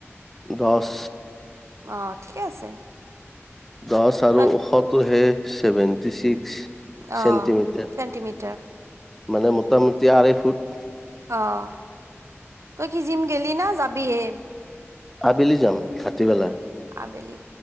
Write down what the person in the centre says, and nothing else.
দচ।
দহ আৰু
ওখটো হেই ছেভেণ্টি ছিক্স
চেণ্টিমিটাৰ।
মানে মোটামুটি আঢ়েই ফুট।
আবেলি যাম, ভাটিবেলা।